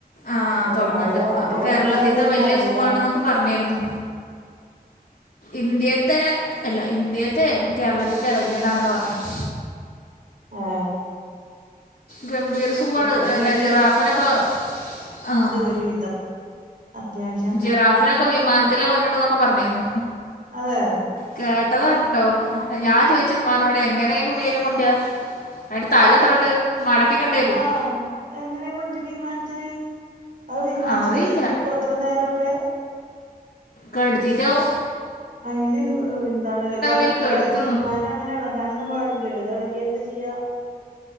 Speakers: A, on the left; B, on the right.
A: ആഹ്
B: അപ്പൊ
A: തൊറന്നിട്ട്
B: ആയോ ആയോ
A: അപ്പൊ കേരളത്തിത്തെ
B: എന്താന്നുള്ള പിന്നെ
A: വല്യ
B: അറിഞ്ഞില്ല
A: സൂ ആണെന്നൊക്കെ പറഞ്ഞിരുന്നു ഇന്ത്യേത്തെ അല്ല ഇന്ത്യേത്തെ കേരളത്തിത്തെ വല്യതാണെന്ന് പറഞ്ഞിരുന്നു
B: ആഹ്
A: ഗംഭീര സൂ ആണ്
B: സൂനേക്കായും
A: എന്താ ജിറാഫിനൊക്കെ ആഹ്
B: രുവിദം അത്യാവിശ്യ
A: ജിറാഫിനൊക്കെ വിമാനത്തില് കൊണ്ടോര്ണ്ട്ന്നൊക്കെ പറഞ്ഞീന്ന്
B: അതെ
A: കേട്ടതാണ് ട്ടോ ഞാൻ ചോയിച്ചു ഉമ്മാനോട് എങ്ങനെ അയിനുള്ളീല് കൊണ്ടര അയിൻ്റെ തലാത്രണ്ട് മടക്കിക്കേണ്ടി വരും
B: ആഹ് എങ്ങനെയ കൊണ്ടരാ വിമാനത്തില് അത് വിമാനത്തില്
A: അറിയില്ല
B: നിക്കോത്ര നേരൊക്കെ
A: കേട്തീട്ടാവും
B: അയില് ന്താണ് എളക്ക്യാല്
A: അയില് കെടുത്തുന്നു
B: വീമാ ഇതങ്ങനെ എളകാനൊന്നും പാടില്ലല്ലോ തെളകിയ എന്ത് ചെയ്യാ